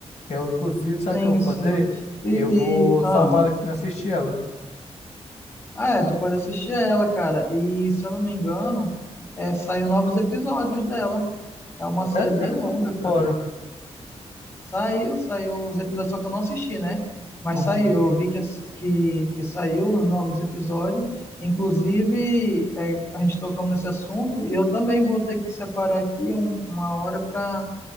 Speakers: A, on the left (about 80°); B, on the left (about 25°).
A: Eu, inclusive, sabe
B: Sim,
A: o que eu vou fazer?
B: sim. E,
A: Eu vou
B: e- ah,
A: salvar ela aqui pra assistir ela.
B: Ah, é, tu pode assistir ela, cara. E se eu não me engano, é, saiu novos episódios dela. É uma série
A: Sério,
B: bem
A: cara,
B: longa,
A: eu tô por
B: cara.
A: fora.
B: Saiu, saiu uns episódios, só que eu não assisti, né? Mas
A: Uhum.
B: saiu, eu vi que, assi- que, que saiu os novos episódios. Inclusive, é, a gente tocou nesse assunto e eu também vou ter que separar aqui um- uma hora para